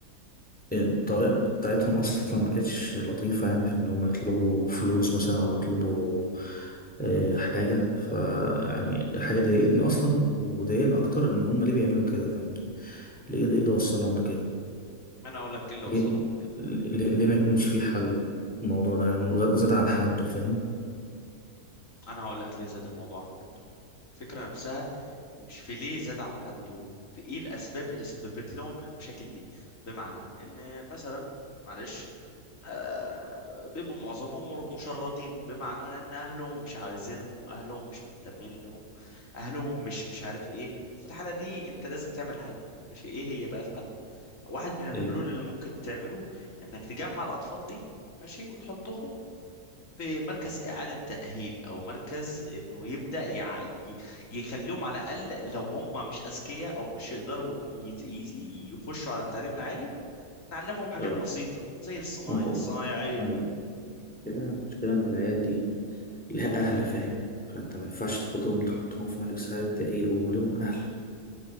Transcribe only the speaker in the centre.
الطريقة بتاعتهم أصلا ما كانتش لطيفة يعني في إن هم يطلبوا فلوس مثلا أو يطلبوا آه، حاجة ف يعني حاجة ضايقتني أصلا وضايقني أكتر إن هم ليه بيعملوا كده فاهمني ليه ليه اللي وصلهم لكده
ليه,
ليه, ليه ما يكونش في حل للموضوع ده يعني زاد زاد عن حده فاهم
ايه
اه
ما هو
المشكلة المشكلة إن العيال دي لها أهل فاهم فأنت ما ينفعش تاخدهم تحطهم في ملك سعادة تقيل وهم ليهم أهل